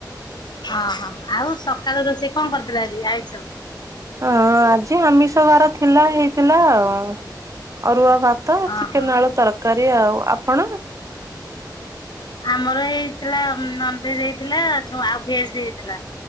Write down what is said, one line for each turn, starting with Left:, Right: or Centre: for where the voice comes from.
Left: ଅହୋ ଆଉ ସକାଳୁ ରୋଷେଇ କଣ କରିଥିଲ ଆଜି? ଆଇ ସ
Right: ହଁ ଆଜି ଆମିଷ ବାର ଥିଲା। ହେଇଥିଲା ଆଉ ଅରୁଆ ଭାତ
Left: ଓହୋ
Right: ଚିକେନ ଆଳୁ ତରକାରୀ ଆଉ ଆପଣ
Left: ଆମର ହେଇଥିଲା ନନ ଭେଜ ହେଇଥିଲା ଆଉ ଭେଜ ବି ହେଇଥିଲା।